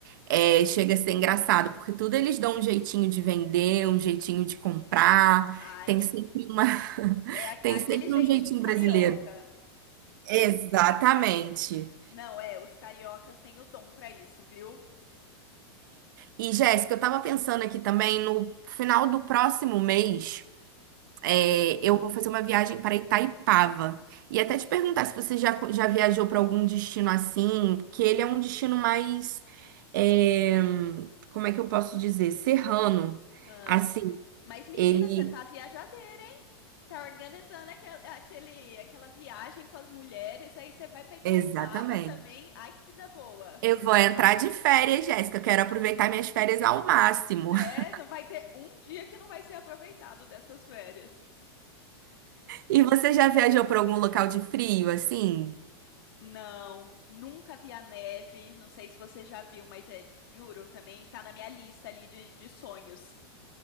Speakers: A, on the right; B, on the left.
A: É, chega a ser engraçado, porque tudo eles dão um jeitinho de vender, um jeitinho de comprar.
B: Ah,
A: Tem
B: é.
A: sempre uma... <laughs>
B: É a-
A: Tem
B: é aquele
A: sempre
B: jeitinho
A: um jeitinho
B: carioca.
A: brasileiro. Exatamente.
B: Não, é, os cariocas têm o dom pra isso, viu?
A: E, Jéssica, eu tava pensando aqui também, no final do próximo mês, é,
B: Hum.
A: eu vou fazer uma viagem para Itaipava. E até te perguntar se você já, já viajou para algum destino assim, que ele é um destino mais... é, como é que eu posso dizer? Serrano.
B: Ah.
A: Assim,
B: Mas, menina,
A: ele...
B: você tá viajadeira, hein? Tá organizando aquel- aquele, aquela viagem com as mulheres, aí você vai pra Itaipava
A: Exatamente.
B: também. Ai, que vida boa,
A: Eu vou entrar de férias, Jéssica. Eu Quero aproveitar minhas férias ao máximo.
B: né?
A: <laughs>
B: Não vai ter um dia que não vai ser aproveitado dessas férias.
A: E você já viajou para algum local de frio, assim?
B: Não, nunca vi a neve. Não sei se você já viu, mas é, juro, também tá na minha lista ali de, de sonhos.